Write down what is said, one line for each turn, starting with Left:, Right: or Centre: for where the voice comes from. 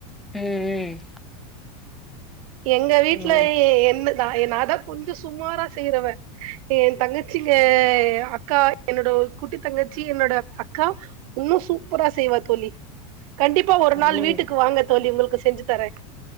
Centre: ம் ம்
Right: எங்க வீட்ல
Centre: ஓ
Right: ஏ என்ன நா‌ எ நாதா கொஞ்சோ சுமாரா செய்றவ என் தங்கச்சிங்க எ அக்கா என்னோட குட்டி தங்கச்சி என்னோட அக்கா உன்னு சூப்பரா செய்வா தோழி கண்டிப்பா ஒரு நாள்
Centre: ஓ
Right: வீட்டுக்கு வாங்க தோழி உங்குளுக் க்கு செஞ்சு தரே